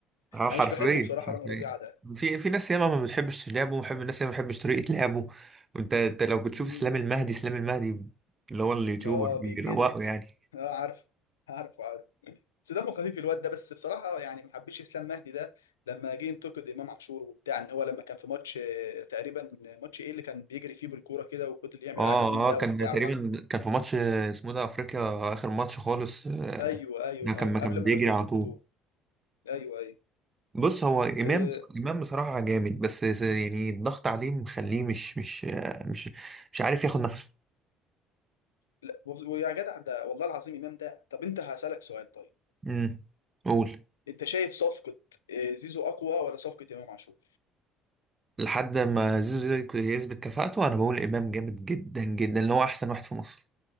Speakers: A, on the right; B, on the left.
A: اه حرفيا
B: انا مش بحبه بصراحه
A: حرفيا
B: رامي ربيعه ده
A: في في ناس ياما ما بتحبش لعبه ومحب الناس ياما ما بتحبش طريقه لعبه وانت انت لو بتشوف
B: امم
A: اسلام المهدي اسلام المهدي اللي هو اليوتيوبر
B: اه
A: بيروقه
B: بيجلده
A: يعني
B: اه عارف عارف عارف بس دمه خفيف الواد ده بس بصراحه يعني ما حبيتش اسلام مهدي ده لما جه ينتقد امام عاشور وبتاع ان هو لما كان في ماتش آه، تقريبا ماتش ايه اللي كان بيجري فيه بالكوره كده وفضل يعمل
A: اه
B: عليه ميم بقى
A: اه كان
B: وبتاع
A: تقريبا كان في ماتش آه، اسمه ده افريقيا اخر ماتش خالص آه،
B: ايوه ايوه
A: كان
B: ايوه
A: ما كان
B: قبل
A: بيجري
B: ما نخرج
A: على
B: من
A: طول
B: البطوله ايوه ايوه
A: بص هو امام
B: أه
A: امام بصراحه جامد بس س- يعني الضغط عليه مخليه مش مش مش مش عارف ياخد نفسه
B: لا ويا جدع ده والله العظيم امام ده طب انت هسالك سؤال طيب
A: امم قول
B: انت شايف صفقه آه، زيزو اقوى ولا صفقه امام عاشور
A: لحد ما زيزو يك- يثبت كفاءته انا بقول امام جامد جدا جدا اللي هو احسن واحد في مصر